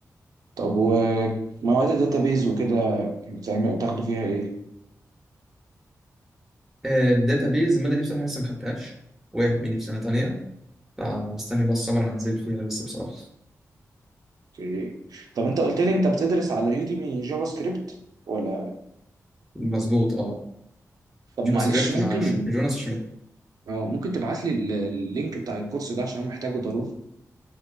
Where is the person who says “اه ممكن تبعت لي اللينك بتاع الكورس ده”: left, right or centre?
Right